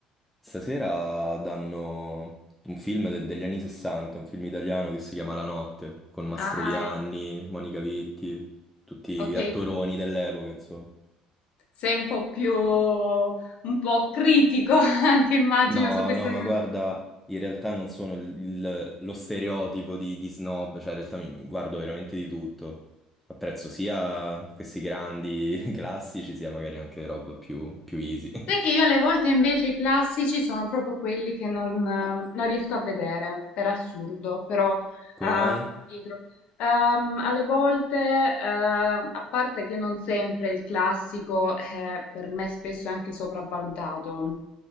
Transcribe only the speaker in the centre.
Stasera danno un film de- degli anni 60, un film italiano che si chiama La Notte, con Mastroianni,
Monica Vitti, tutti
gli attoroni dell'epoca, insomma.
No,
no,
ma guarda, in realtà non sono il- il- lo stereotipo di, di snob, cioè in realtà mi guardo veramente di tutto. Apprezzo sia questi grandi <laughs> classici, sia magari anche roba più, più easy.
<laughs>
Come
mai?